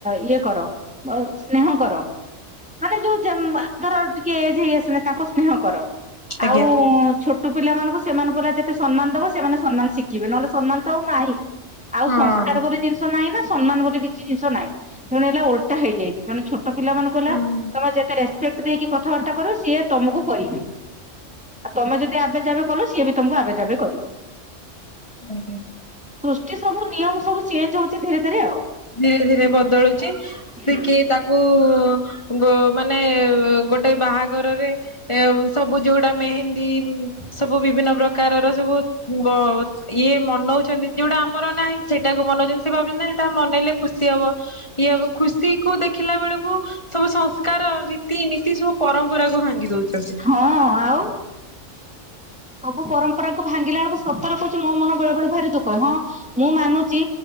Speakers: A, in the centre; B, on the left (about 25°).
A: ଇଏ କର ଅ ସ୍ନେହ କର। ମାନେ ଯୋଉ ଜେମ୍ ଆ ଧର ଟିକେ ଏଜ୍‌ ହେଇ ହେଇ ଆସିଲାଣି ତାଙ୍କୁ ସ୍ନେହ କର।
B: ଆଜ୍ଞା
A: ଆଉ ଛୋଟ ପିଲାମାନଙ୍କୁ ସେମାନଙ୍କୁ ହେଲା ଯେତେ ସମ୍ମାନ ଦବ ସେମାନେ ସମ୍ମାନ ଶିଖିବେ ନହେଲେ ସମ୍ମାନ ତ ଆଉ ନାଆ <unintelligible> ଆଇ ଆଉ
B: ହଁ।
A: ସଂନ୍ ସ୍ <unintelligible> <unintelligible> କାରୋ ଗୋରୀ ଜିନିଷ ନାହିଁ ନା ସମ୍ମାନ ବୋଲି କିଛିି ଜିନିଷ ନାହିଁ ତେଣୁ ହେଲା ଓଲ୍‌ଟା ହେଇଯାଇଛି ତେଣୁ ଛୋ ତ ପିଲାମାନଙ୍କୁ ହେଲା
B: ହୁଁ।
A: ତମେ ଯେତେ ରେସ୍‌ପେକ୍ଟ ଦେଇକି କଥାବାର୍ତ୍ତା କରୁବ ସିଏ ତମକୁ କଇବେ। ଆଉ ତମେ ଯଦି ଆବେ ଜାବେ କଲ ସିଏ ବି ତମକୁ ଆବେ ଜାବେ କରିବେ।
B: ଆଜ୍ଞା।
A: ସୃଷ୍ଟି ସବୁ ନିୟମ ସବୁ ଚେଞ୍ଜ ହଉଚି ଧୀରେ ଧୀରେ ଆଉ।
B: ଧୀରେ ଧୀରେ ବଦଳୁଚି। ସେ
A: ହୁଁ
B: କିଏ ତାକୁ ଗୋ ମାନେ ଗୋଟେ ବାହାଘରରେ ଏ ସବୁ ଯୋଉଟା ମେହେନ୍ଦୀ ସବୁ ବିଭିନ୍ନ ପ୍ରକାରର ସବୁ ବ ଇଏ ମନଉଚନ୍ତି ଯୋଉଟା ଆମର ନାହିଁ ସେଇଟାକୁ ବନାଉଚନ୍ତି ସେ ଭାବୁଚନ୍ତି ଏଇଟା ଆମ ମନେଇଲେ ଖୁସି ହବ ଇଏ ହବ ଖୁସିକୁ ଦେଖିଲା ବେଳକୁ ସବୁ ସଂସ୍କାର ରୀତିନୀତି ସବୁ ପରମ୍ପରାକୁୁ ଭାଙ୍ଗି ଦଉଚନ୍ତି।
A: ହଁ ଆଉ ସବୁ ପରମ୍ପରାକୁୁ ଭାଙ୍ଗିଲା ବେଳକୁ ସତର୍କ କି ମୋ ମନ ବେଳେ ବେଳେ ଭାରି ଦୁଃଖ ହୁଏ ହଁ ମୁଁ ମାନୁଚି